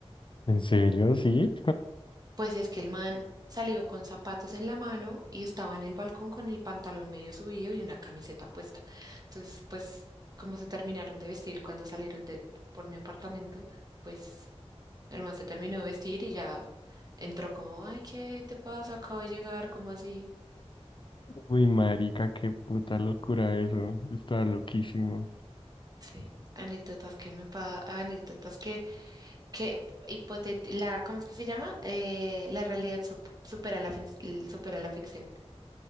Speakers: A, on the left; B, on the right.
A: ¿En serio? Sí.
B: Pues es que el man salió con zapatos en la mano y estaba en el balcón con el pantalón medio subido y una camiseta puesta. Entonces, pues, como se terminaron de vestir cuando salieron de por mi apartamento, pues el man se terminó de vestir y ya entró como, ay, ¿qué te pasa? Acabo de llegar, ¿cómo así?
A: Uy, marica, qué puta locura eso. Estaba loquísimo.
B: Sí. Anécdotas que me pa, anécdotas que, que hipotet- la, ¿cómo es que se llama? Eh, la realidad sup- supera la, fin- supera la ficción.